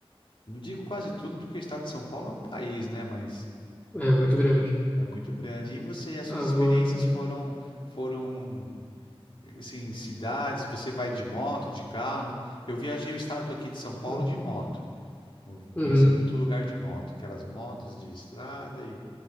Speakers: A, on the left (about 60°); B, on the left (about 15°).
A: não digo quase tudo, porque o estado de São Paulo é um país, né? Mas
B: É muito grande.
A: é muito grande. E você, as suas
B: Agora.
A: experiências
B: Uhum.
A: foram, foram, assim, cidades, você vai de moto, de carro. Eu viajei o estado aqui de São Paulo
B: uhum.
A: de moto. Eu
B: Uhum.
A: conheci muito lugar de moto, aquelas motos de estrada e